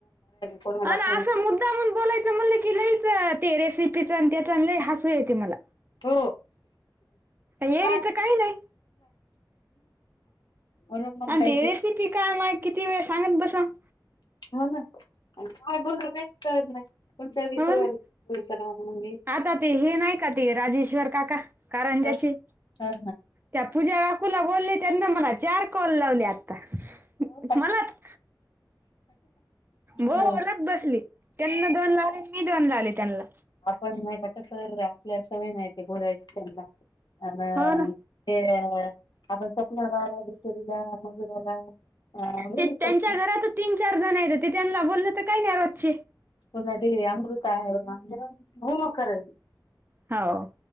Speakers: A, on the left (about 75°); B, on the right (about 30°).
A: कोणाला
B: आणं
A: फोन
B: असं मुद्दामहून बोलायचं म्हटलं की लईचं ते रेसिपीच आणि त्याचा आणि लईचं हसू येते मला.
A: हो
B: येरीच
A: काय
B: काही नाही
A: म्हणून मग
B: आणि
A: काय
B: ते येरी किती कायमाग किती वेळ सांगत बसून
A: हो ना काय बोल काही कळत नाही कोुमच्या विषयावर
B: हो ना
A: विचार म्ह
B: आता ते हे नाही का, ते राजेश्वर काका कारंज्याचे?
A: घेत हा
B: त्या पूजा बाकूला बोलली त्यांना मला चार कॉल लावले आता
A: हा
B: मलाच बोलच
A: ह
B: बसली त्यांना दोन लावले मी दोन लावले त्यांना
A: आपण माह काता सर आपल्या सवी माहिती बोलायची त्यांना
B: हो ना
A: ते आपण स्वपनाला सोरीला मजुराला अ स्वप्न
B: ते त्यांच्या घरात तीन चार जण येत, ते त्यांना बोललं तर काय नाही रोजचे
A: तुला अमृत आहे म्हण हो म करायची
B: हाव.